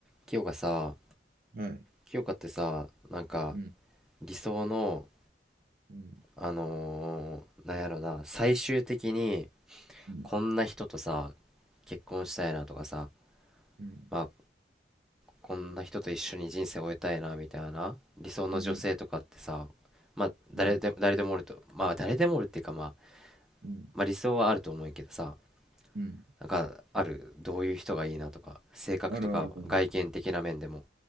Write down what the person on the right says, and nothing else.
はい。
うん、
うん、
うん、
うん、
うん、
うん、
うん、
うん。
あるあるある。